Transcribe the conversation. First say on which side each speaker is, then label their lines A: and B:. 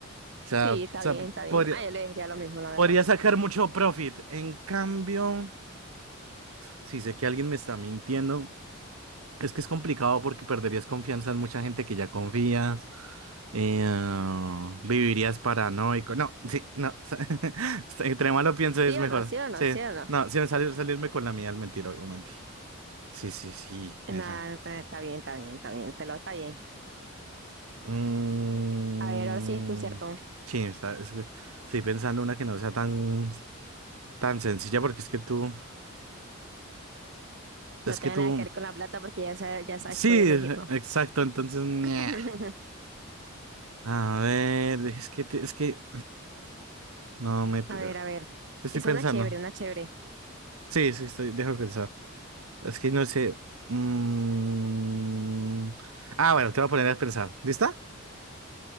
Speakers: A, on the right; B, on the right.
A: O sea,
B: Sí,
A: o
B: está
A: sea,
B: bien,
A: p-
B: está bien.
A: podría,
B: Ah, yo le diría lo mismo, la verdad.
A: podría sacar mucho profit. En cambio, si sé que alguien me está mintiendo. Es que es complicado porque perderías confianza en mucha gente que ya confías, eh, ah, vivirías paranoico. No, sí, no. <laughs> Entre más lo pienso es
B: ¿Sí
A: mejor.
B: o no? ¿Sí o no?
A: Sí,
B: ¿Sí o no?
A: no, sin salir, salirme con la mía al mentir, obviamente. Sí, sí, sí,
B: <laughs> Nada,
A: esa.
B: está está bien, está bien, está bien. Pero está bien.
A: Mm,
B: A ver, ahora sí es tú, ¿cierto?
A: sí, está, es que estoy pensando una que no sea tan, tan sencilla porque es que tú, es
B: No tenga
A: que tú,
B: nada que ver con la plata porque ya sabes, ya sabes
A: sí,
B: que voy a elegir, ¿no?
A: exacto, entonces, ñe.
B: <laughs>
A: A ver, es que, te- es que, no me...
B: A ver, a ver.
A: Estoy
B: Es
A: pensando.
B: una chévere, una chévere.
A: Sí, sí, estoy, déjame pensar. Es que no sé. Mm. Ah, bueno, te voy a poner a pensar. ¿Lista?